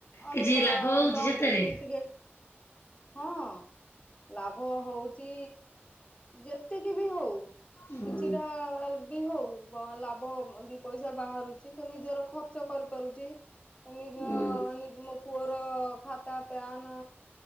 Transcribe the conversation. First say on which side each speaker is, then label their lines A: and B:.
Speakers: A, on the left; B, on the left.
A: ଅର୍ଡର
B: କିଛି ଲାଭ ହଉଛି
A: ଦଅନ୍ତି
B: ସେଥେରେ
A: ଟିକେ ହଁ ଲାଭ ହଉଛି ଯେତିକି ବି ହଉ
B: ହୁଁ
A: କିଛିଟା ବି ହଉ ଲାଭ ଦି ପଇସା ବାହାରୁଚି ନିଜର ଖର୍ଚ୍ଚ କରିପାରୁଚି ନିଜ
B: ହୁଁ
A: ପୁଅର ଖାତା ପ୍ୟାନ